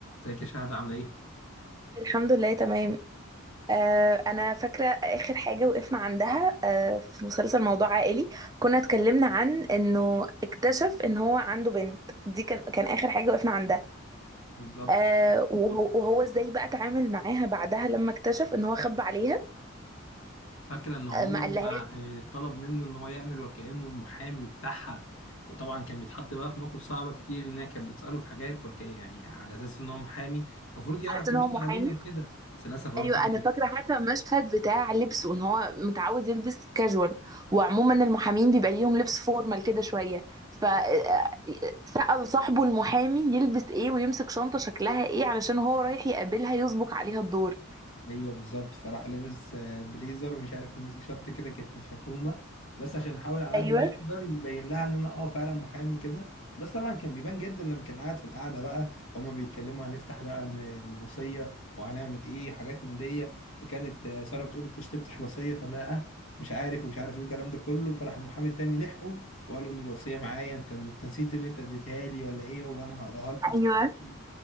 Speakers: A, on the left; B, on the right.
A: ازيك يا شهد عامله ايه
B: الحمد لله تمام آه انا فاكره اخر حاجه وقفنا عندها آه في مسلسل موضوع عائلي كنا اتكلمنا عن انه اكتشف ان هو عنده بنت دي كان كان اخر حاجه وقفنا عندها
A: بالظبط
B: آه وهو, وهو ازاي بقى اتعامل معاها بعدها لما اكتشف ان هو خبى عليها
A: فاكره ان هو
B: آه ما قالهاش
A: آه، طلب منه ان هو يعمل وكانه المحامي بتاعها وطبعا كان بيتحط بقى في مواقف صعبه كتير ان هي كانت بتساله في حاجات وك يعني على اساس ان هو محامي المفروض يعرف
B: عرفت ان
A: يرد
B: هو محامي
A: عليها وكده بس للاسف هو
B: ايوه
A: ما كانش
B: انا فاكره حتى المشهد بتاع لبسه ان هو متعود يلبس كاجوال وعموما المحامين بيبقى ليهم لبس فورمال كده شويه ف آه، سأل صاحبه المحامي يلبس ايه ويمسك شنطه شكلها ايه علشان هو رايح يقابلها يسبق عليها الدور
A: ايوه بالظبط فراح لابس آه، بليزر ومش عارف ماسك شنطه كده كانت مشفومه بس عشان احاول على قد
B: ايوه
A: ما يقدر يبين لها ان انا اه فعلا محامي كده بس طبعا كان بيبان جدا لما كان قاعد في القعده بقى هما بيتكلموا هنفتح بقى الم- الوصيه وهنعمل ايه حاجات من دي فكانت آه، ساره بتقول له انت مش تفتح الوصيه فلا اه مش عارف ومش عارف ايه الكلام ده كله فراح المحامي التاني لحقه وقال له ان الوصيه معايا انت انت نسيت ان انت اديتها لي ولا ايه وانا هقراها لكم دلوقتي
B: ايوه